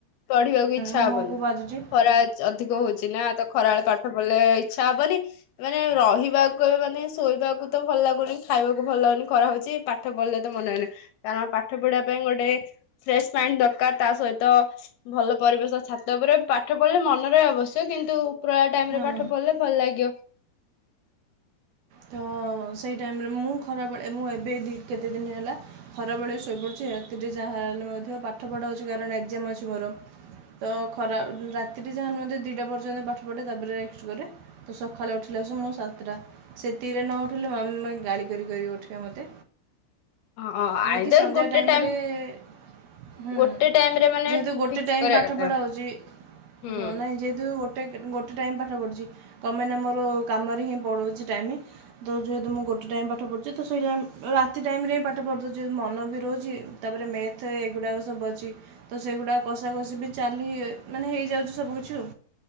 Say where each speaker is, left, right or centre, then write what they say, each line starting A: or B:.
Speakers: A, on the left; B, on the right.
A: ପଢିବାକୁ ଇଚ୍ଛା
B: ମୁହଁକୁ
A: ହବନି
B: ବାଜୁଛି
A: ଖରା ଅଧିକ ହଉଛି ନା ତ ଖରାବେେଳେ ପାଠ ପଢିଲେ ଛା ହବନି ମାନେ ରହିବାକୁ ଏବେ ମାନେ ଶୋଇବାକୁ ତ ଭଲ ଲାଗୁନି, ଖାଇବାକୁ ଭଲ ଲାଗୁନି, ଖରା ହଉଛି ପାଠ ପଢିଲେ ତ ମନେ ହଉନି କାରଣ ପାଠ ପଢିବା ପାଇଁ ଗୋଟେ ଫ୍ରେସ୍ ପାଇଁ ଦରକାର ତା ସହିତ ଭଲ ପରିବେଶ ଛାତ ଉପରେ ପାଠ ପଢିଲେ ମନରେ ଆବଶ୍ୟକ କିନ୍ତୁ ପ୍ରଳା ଟାଇମ୍
B: ହଁ
A: ରେ ପାଠ ପଢିଲେ ଭଲ ଲାଗିବ।
B: ତ ସେଇ ଟାଇମ୍ ରେ ମୁଁ ଖରାବେଳେ ମୁଁ ଏବେ କେତେ ଦିନ ହେଲା ଖରାବେଳେ ଶୋଇପଡ଼ୁଛି। ରାତିରେ ଯାହାହେଲେ ମଧ୍ୟ ପାଠ ପଢ଼ା ହେଉଛିକାରଣ ଏକ୍ଜାମ୍ ଅଛି ମୋର। ତ ଖରା ରାତିରେ ଯାହାହେଲେ ମଧ୍ୟ ଦିଇଟା ପର୍ଯ୍ୟନ୍ତ ପାଠ ପଢ଼େ ତାପରେ ରେଷ୍ଟ୍ କରେ। ତ ସକାଳେ ଉଠିଲା ଆସୁ ମୁଁ ସାତଟା ସେତିକିରେ ନ ଉଠିଲେ ମାମା ଗାଳି କରି କରି ଉ ଉଠେଇବେ ମୋତେ।
A: ହଁ
B: ଆଉ
A: ଆଇଦର
B: ବାକି ସନ୍ଧ୍ୟା
A: ଗୋଟେ
B: ଟାଇମ୍
A: ଟାଇମ
B: ରେ ଏ-ଏ ହୁମ୍
A: ଗୋଟେ ଟାଇମ ରେ ମାନେ
B: ଯେହେତୁ ଗୋଟେ
A: ଫିକ୍ସ
B: ଟାଇମ୍
A: କରିବା
B: ପାଠପଢା
A: କଥା
B: ହେଉଛି।
A: ହୁଁ।
B: ହଁ ନାଇଁ ଯେହେତୁ ଗୋଟେ ଗୋଟେ ଟାଇମ୍ ପାଠ ପଢୁଛି। କମମାନେ ମୋର କାମରେ ହିଁ ପଳଉଛି ଟାଇମ୍ ତ ଯେହେତୁ ମୁଁ ଗୋଟେ ଟାଇମ୍ ପାଠ ପଢୁଛି ତ ଶୋଇଯା। ରାତି ଟାଇମ୍ ରେ ହିଁ ପାଠ ପଢ଼ୁଦଉଛିି ମନ ବି ରହୁଛି। ତାପରେ ମେଥ୍ ଏଗୁଡ଼ାକ ସବୁ ଅଛି ତ ସେଗୁଡ଼ାକ କଷାକଷି ବି ଚାଲି ଏ ମାନେ ହେଇଯାଉଛି ସବୁ କିଛି ଆଉ।